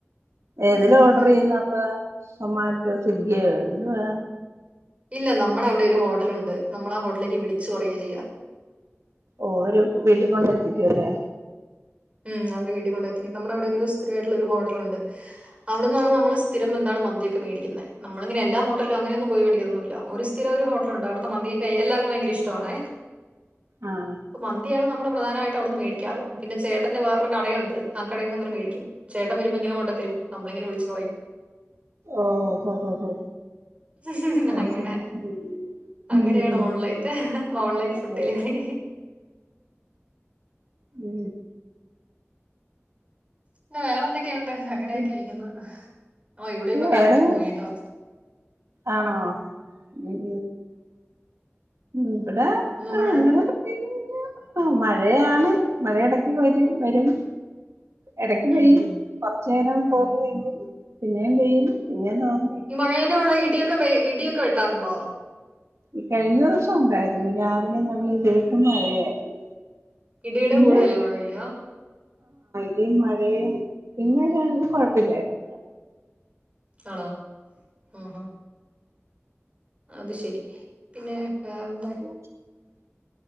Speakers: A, on the right (about 85°); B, on the right (about 25°).
A: ഏതില
B: ഉം
A: ഓർഡർ
B: അങ്ങനെ
A: ചെയ്യുന്ന അപ്പ സോമറ്റോയോ സ്വിഗ്ഗിയോ, എന്തുവാ?
B: ഇല്ല നമ്മുടെ അവിടെ ഒരു ഹോട്ടലുണ്ട്, നമ്മൾ ആ ഹോട്ടലിലേക്ക് വിളിച്ച് പറയുകയാ ചെയ്യ.
A: ഓരു വീട്ടിൽ കൊണ്ടെ എത്തിക്കുവല്ലേ
B: ഉം അവര് വീട്ടിൽ കൊണ്ട് എത്തിക്കും. നമ്മുടെവിടെ ഒരു സ്ഥിരവായിട്ടുള്ള ഒരു ഹോട്ടലുണ്ട്. അവിടെന്നാണ് നമ്മള് സ്ഥിരം എന്താണ് മന്തിയൊക്കെ മേടിക്കുന്നെ നമ്മിങ്ങനെ എല്ലാ ഹോട്ടലിലും അങ്ങനൊയോന്നും പോയി മേടിക്കതൊന്നും ഇല്ല ഒരു സ് <unintelligible> ഒരു ഹോട്ടലുണ്ട് അവിടുത്തെ മന്തി എല്ലർക്കും ഭയങ്കര ഇഷ്ടമാണേ
A: ആഹ്
B: മന്തിയാണ് നമ്മള് പ്രധാനായിട്ട് അവിടുന്ന് മേടിക്കാറ് പിന്നെ ചേട്ടന്റെ വേറൊരു കടയുണ്ട് ആ കടേന്നും അങ്ങനെ മേടിക്കും ചേട്ടൻ വരുമ്പോയിങ്ങന കൊണ്ടെ തരും, നമ്മളിങ്ങനെ വിളിച്ചു പറയും.
A: ഓഹ് ഹോ ഹോ ഹോ
B: <unintelligible>
A: അത്
B: അങ്ങനെ
A: ശരി ഉം
B: അങ്ങനെയാണ്
A: ഉം
B: ഓൺലൈന്ട് ഓൺലൈൻ ഫുഡ്
A: ഉം അതെ
B: ഡെലിവറി
A: മ്
B: പിന്ന വേറെന്തൊക്കെയുണ്ട് അങ്ങനെയൊക്കെ
A: ഉം
B: ഇരിക്കുന്നു ഓ ഇവിടെ ഇപ്പൊ കരണ്ട്
A: വേറെ
B: പോയിട്ടോ
A: ആണോ ഉം ഉം ഇവിടെ
B: ഒന്ന്
A: ആ
B: മഴ
A: അങ്ങനെ പ്രത്യേകിച്ച് ആ മഴയാണ് മഴയെടക്ക് വരും വരും. എടക്ക് പെയ്യും
B: ഉം
A: കൊർച്ചേരം തോർന്ന് നിക്കും പിന്നേം പെയ്യും പിന്നേം തോർന്ന്.
B: ഈ മഴെന്റെ <unintelligible> ഇടിയൊക്കെ വെ ഇടിയൊക്കെ വെട്ടാറുണ്ടോ?
A: ഈ കഴിഞ്ഞ ദിവസം ഉണ്ടായിരുന്നു രാവിലെ നല്ല ഇടി വെട്ട് മഴയായിരുന്നു
B: ഇടിടെ
A: പിന്നെ
B: കൂടെയല്ലേ മഴ പെയ്യുക?
A: ഇടിം മഴയും പിന്നൊരു <unintelligible> കുഴപ്പില്ലായിരുന്നു
B: ആണോ ഓഹോ അത് ശരി. പിന്നെ വേറെ എന്താ?
A: <inaudible>